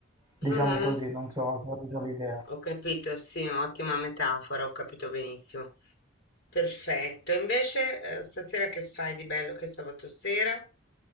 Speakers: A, on the right; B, on the left.
A: Diciamo
B: mm,
A: così, non so se ho preso l'idea.
B: Ho capito, sì, ottima metafora, ho capito benissimo. Perfetto. E invece, eh, stasera che fai di bello che è sabato sera?